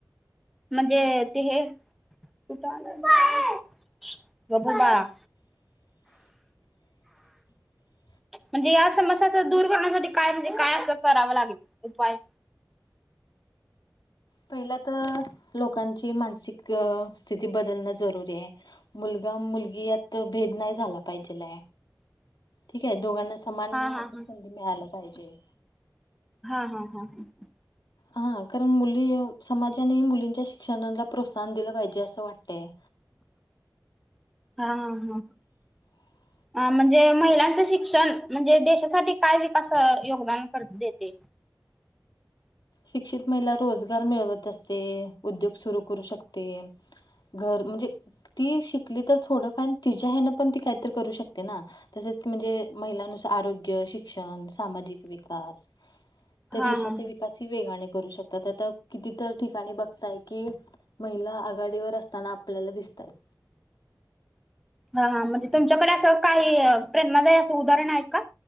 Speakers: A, in the centre; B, on the left.
A: म्हणजे ते हे कठ <unintelligible> बब्बू बाळा.
B: <inaudible>
A: म्हणजे या समस्याच दूर करण्यासाठी काय? म्हणजे काय? असं करावं लागेल उपाय.
B: पहिलं तर लोकांची मानसिक स्थिती बदलणं जरुरीय. मुलगा मुलगी यात भेद नाही झाला पाहिजेलाय ठीक आहे दोघांना समान
A: हा हा
B: संधी
A: हा
B: मिळायला पाहिजे.
A: हां हां हां ह.
B: हा कारण मुली समाजानेही मुलींच्या शिक्षणाला प्रोत्साहन दिलं पाहिजे असं वाट तयं.
A: हां हां.
B: <inaudible>
A: अ म्हणजे महिलांचं शिक्षण म्हणजे देशासाठी काय विकास योगदान करते ते.
B: शिक्षित महिला रोजगार मिळवत असते उद्योग सुरू करू शकते. घर म्हणजे ती शिकली तर थोडंफार तिच्या् ह्यान पण ती काहीतरी करू शकते ना. तसेच कि म्हणजे महिलांनुसार आरोग्य शिक्षण सामाजिक विकास. त्या
A: हा
B: देशाचा
A: हा
B: विकास ह वेगाने करू शकतात आता कितीतर ठिकाणी बघताय कि. महिला आघाडीवर असताना आपल्याला दिसतंय.
A: हा हा म्हणजे तुमच्याकडे असं काही प्रेरणादायी असं उदाहरण आहेत का.